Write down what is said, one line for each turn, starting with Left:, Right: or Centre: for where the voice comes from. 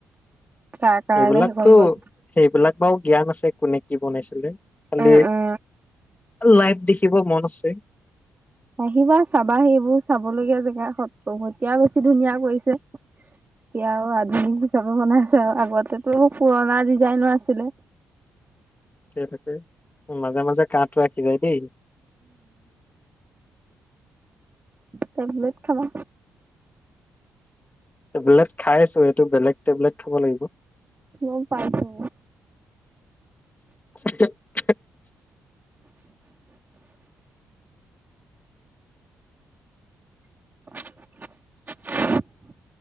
Right: তাৰ কাৰণে
Left: সেইবিলাকতো
Right: সেইখন বন
Left: সেইবিলাক বাৰু জ্ঞান আছে কোনে কি বনাইছিলে। খালি
Right: উম উম
Left: লাইভ দেখি ব মন আছে।
Right: আহিবা চাবা সেইবোৰ চাবলগীয়া জেগা সত্ৰ। এতিয়া বেছি ধুনীয়া কৰিছে। এতিয়া আৰু আধুনিক হিচাপে বনাই আছে। আগতেতো পুৰণা ডিজাইনৰ আছিলে।
Left: থ থাকে মাজে মাজে কাটো ৰাখিব দেই।
Right: টেবলেট খাবা।
Left: টেবলেট খাই আছো এইটো বেলেগ টেবলেট খাব লাগিব।
Right: ম পাইছো।
Left: <inaudible>
Right: <inaudible>